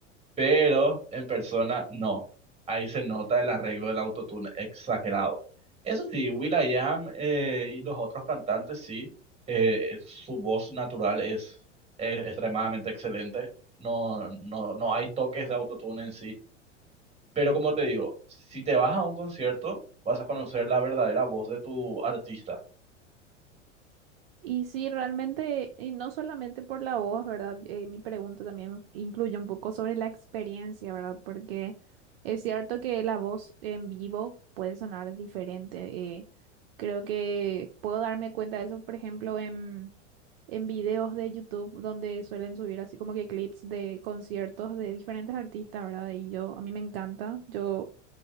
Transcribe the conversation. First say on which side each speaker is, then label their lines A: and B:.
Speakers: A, on the right (about 15°); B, on the right (about 50°).
A: pero en persona no. Ahí se nota el arreglo del autotune exagerado. Eso sí, will.i.am eh, y los otros cantantes sí, eh, su voz natural es, es extremadamente excelente. No, no, no hay toques de autotune en sí. Pero como te digo, si te vas a un concierto, vas a conocer la verdadera voz de tu artista.
B: Y sí, realmente, y no solamente por la voz, ¿verdad? Eh, mi pregunta también incluye un poco sobre la experiencia, ¿verdad? Porque es cierto que la voz en vivo puede sonar diferente. eh, creo que puedo darme cuenta de eso, por ejemplo, en, en videos de YouTube donde suelen subir así como que clips de conciertos de diferentes artistas, ¿verdad? Y yo, a mí me encanta. Yo